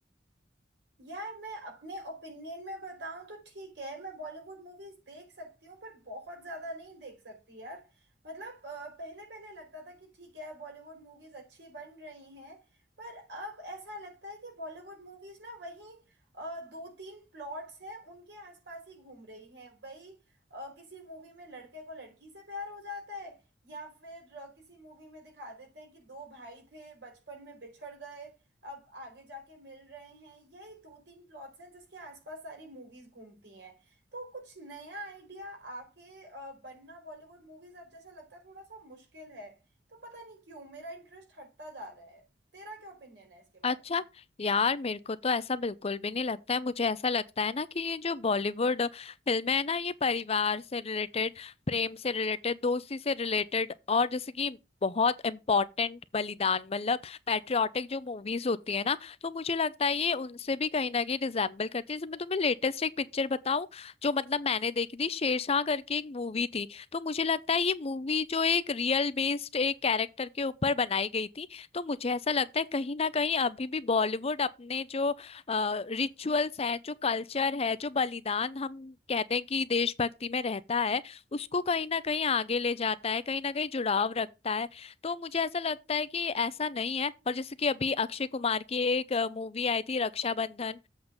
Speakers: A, on the right (about 70°); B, on the left (about 35°).
A: यार मैं अपने ओपिनियन में बताऊं तो ठीक है मैं बॉलीवुड मूवीज देख सकती हूँ पर बहुत ज्यादा नहीं देख सकती यार मतलब पहले पहले लगता था कि ठीक है बॉलीवुड मूवीज अच्छी बन रही हैं पर अब ऐसा लगता है कि बॉलीवुड मूवीज ना वही अ, दो तीन प्लॉट्स हैं उनके आसपास ही घूम रही हैं वही अ, किसी मूवी में लड़के को लड़की से प्यार हो जाता है या फिर अ, किसी मूवी में दिखा देते हैं कि दो भाई थे बचपन में बिछड़ गए अब आगे जाके मिल रहे हैं यही दो तीन प्लॉट्स हैं जिसके आसपास सारी मूवीज घूमती हैं तो कुछ नया आइडिया आके अ, बनना बॉलीवुड मूवीज अब जैसा लगता है थोड़ा सा मुश्किल है तो पता नहीं क्यों मेरा इंटरेस्ट हटता जा रहा है तेरा क्या ओपिनियन है इसके
B: अच्छा
A: बारे में
B: यार मेरे को तो ऐसा बिल्कुल भी नहीं लगता है मुझे ऐसा लगता है ना कि ये जो बॉलीवुड फिल्में है ना ये परिवार से रिलेटेड प्रेम से रिलेटेड दोस्ती से रिलेटेड और जैसे कि बहुत इम्पोर्टेंट बलिदान मतलब पैट्रियाटिक जो मूवीज होती है ना तो मुझे लगता है ये उनसे भी कहीं ना कहीं रिजेम्बल करती है जैसे मैं तुम्हें लेटेस्ट एक पिक्चर बताऊं जो मतलब मैंने देखी थी शेरशाह करके एक मूवी थी तो मुझे लगता है ये मूवी जो एक रियल बेस्ड एक कैरेक्टर के ऊपर बनाई गई थी तो मुझे ऐसा लगता है कहीं ना कहीं अभी भी बॉलीवुड अपने जो रिचुअल्स हैं जो कल्चर है जो बलिदान हम कहते हैं कि देशभक्ति में रहता है उसको कहीं ना कहीं आगे ले जाता है कहीं ना कहीं जुड़ाव रखता है तो मुझे ऐसा लगता है कि ऐसा नहीं है और जैसे कि अभी अक्षय कुमार की एक मूवी आई थी रक्षाबंधन